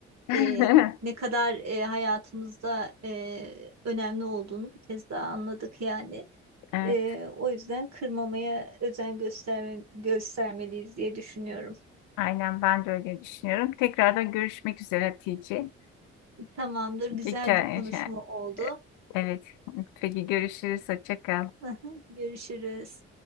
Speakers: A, on the left; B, on the right.
A: <laughs>
B: e, ne kadar e, hayatımızda e, önemli olduğunu bir kez daha anladık yani.
A: E,
B: E, o yüzden kırmamaya özen gösterme, göstermeliyiz diye düşünüyorum.
A: Aynen ben de öyle düşünüyorum. Tekrardan görüşmek üzere Hatice.
B: Tamamdır, güzel
A: Ge- ke-
B: bir konuşma
A: şey,
B: oldu.
A: e, Evet. Peki görüşürüz. Hoşça kal.
B: <laughs> Görüşürüz.